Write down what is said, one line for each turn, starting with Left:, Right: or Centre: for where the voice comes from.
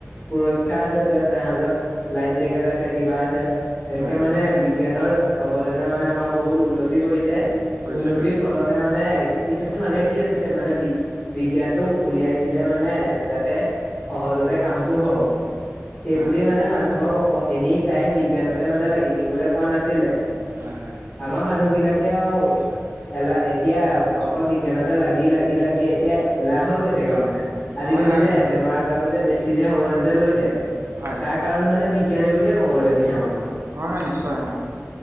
Left: সুৰক্ষা আছে তাত জাহাজত, লাইফ জেকেট আছে, কিবা আছে। তেনকে
Right: হয় হয়
Left: মানে বিজ্ঞানৰ অৱদানে মানে আমাৰ বহুত উন্নতি কৰিছে।
Right: কৰিছে
Left: উন্নতিৰ
Right: কৰিছে
Left: ফলত তে মানে কিছুমান মানুহে কৰিছে হৈছে মানে বি বিজ্ঞানটোক উলিয়াইছিলে মানে, যাতে সহজতে কাম টো হওঁক। সেইবুলিয়ে
Right: হয় হয়
Left: মানে মানুহক অ' এনি টাইম বিজ্ঞানতে মানে লাগি থাকিবলৈ কোৱা নাছিলে।
Right: হয় - হয়।
Left: আমাৰ মানুহবিলাকে আও এলাহ এতিয়া অকল বিজ্ঞানতে লাগি - লাগি - লাগি এতিয়া এলাহ হৈ গৈছেগে মানে। আজিকালি
Right: হয় হয় সেইটো
Left: যে
Right: হয়
Left: বেমাৰ-আজাৰবোৰ যে বেছি যে হবলৈ যে লৈছে,
Right: হয়।
Left: তাৰ কাৰণ মানে বিজ্ঞানে বুলিয়ে কবলে বিচাৰো মই।
Right: হয় - হয়, নিশ্চয় অ'।